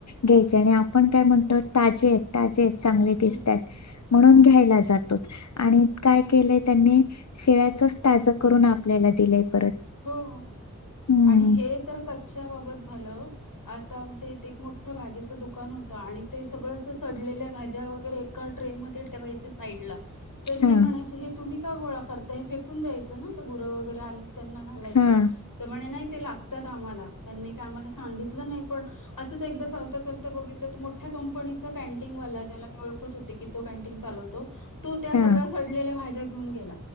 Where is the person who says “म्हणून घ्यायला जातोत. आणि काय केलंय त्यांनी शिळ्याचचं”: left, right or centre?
Left